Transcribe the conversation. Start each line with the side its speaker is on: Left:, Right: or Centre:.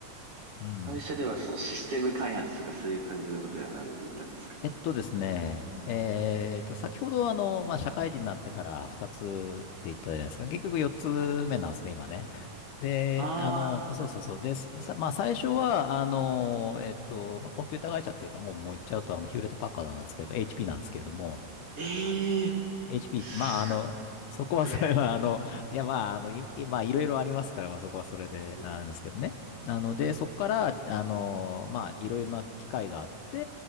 Left: うん。
Right: 会社ではそのシステム開発とかそういう感じのことやられていたんですか
Left: えっとですね、えっと、先ほどあの、まあ、社会人になってから2つって言ったじゃないですか。結局4つ目なんですね、
Right: はい
Left: 今ね。で、
Right: ああ、
Left: あの、
Right: 神奈川。
Left: そうそうそう。です。さまあ、最初は、あの、えっと、まあ、コンピューター会社っていうか、もう、もう言っちゃうと、あの、ヒューレットパッカードなんですけど、HP なんですけれども、
Right: ええ
Left: HP
Right: ーす
Left: って、まあ、あの、そこはそれは、
Right: ごい。
Left: あの、いや、まあ、あの、い、いまあ、いろいろありますから、まあ、そこはそれで、
Right: うん
Left: あなんですけどね。なので、そこから、あの、まあ、いろいろな機械があって、